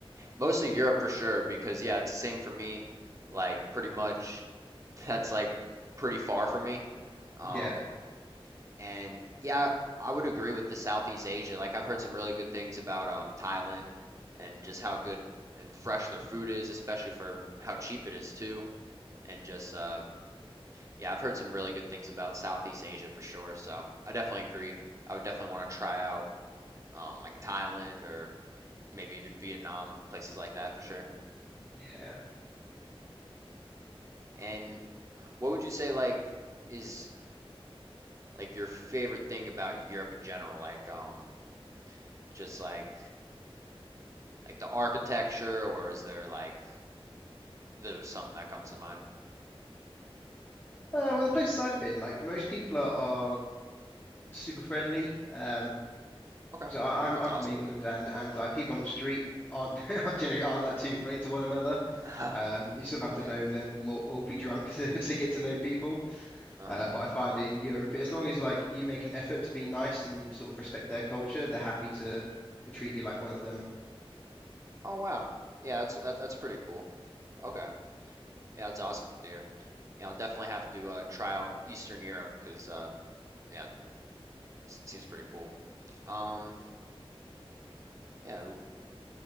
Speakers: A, on the right; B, on the left.
A: mostly Europe for sure because yeah, it's the same for me. Like pretty much <laughs> that's like pretty far from me. Um
B: Yeah,
A: And yeah, I would agree with the Southeast Asia. Like I've heard some really good things about um Thailand and just how good and fresh their food is, especially for how cheap it is too. And just uh yeah, I've heard some really good things about Southeast Asia for sure. So I definitely agree. I would definitely want to try out um like Thailand or maybe even Vietnam, places like that for sure.
B: yeah.
A: And what would you say like is like your favorite thing about Europe in general? Like um just like like the architecture, or is there like there's something that comes to mind?
B: Uh, well, the places I've been, like most people are, are super friendly. Um,
A: Okay,
B: So I, I'm
A: that's
B: I'm
A: awesome.
B: from England, and and like people on the street aren't <laughs> generally aren't that too funny to one another.
A: <laughs>
B: Um, you sort of have
A: Yeah.
B: to know them or, or be drunk <laughs> to, to get to know people.
A: Uh-huh.
B: Uh, but I find in Europe, as long as like you make an effort to be nice and sort of respect their culture, they're happy to to treat you like one of them.
A: Oh wow. Yeah, that's that, that's pretty cool. Okay. Yeah, that's awesome to hear. Yeah, I'll definitely have to uh, try out Eastern Europe because uh, yeah, it s- seems pretty cool. Um, yeah. w-